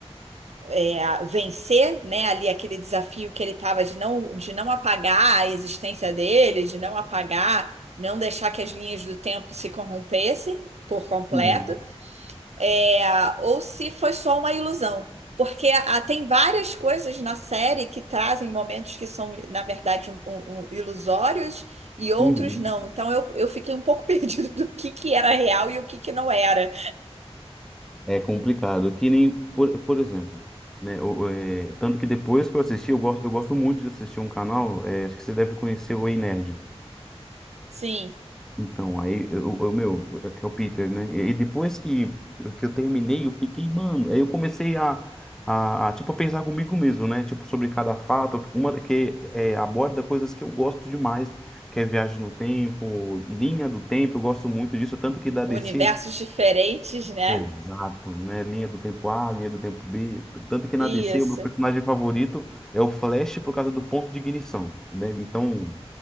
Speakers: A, on the right; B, in the centre.
A: é, vencer, né, ali aquele desafio que ele estava de não, de não apagar a existência dele, de não apagar, não deixar que as linhas do tempo se corrompessem por completo
B: hum,
A: é, ou se foi só uma ilusão. Porque ah, tem várias coisas na série que trazem momentos que são, na verdade, um- um- um ilusórios e outros
B: hum.
A: não. Então eu, eu fiquei um pouco <laughs> perdido do que, que era real e o que, que não era.
B: É complicado. Que nem, por, por exemplo, né? o- o, é, tanto que depois que eu assisti, eu gosto, eu gosto muito de assistir um canal, é, acho que você deve conhecer o Ei Nerd.
A: Sim,
B: Então, aí, eu, eu, meu, é que é o Peter, né? E e depois que, que eu terminei, eu fiquei, mano. Aí eu comecei a, a, a, tipo, a pensar comigo mesmo, né? Tipo, sobre cada fato, uma que é, aborda coisas que eu gosto demais, que é viagem no tempo, linha do tempo, eu gosto muito disso, tanto que da
A: universos
B: DC.
A: diferentes, né?
B: Exato, né? Linha do tempo A, linha do tempo B. Tanto que na
A: Isso.
B: DC, o meu personagem favorito é o Flash por causa do ponto de ignição, né? Então,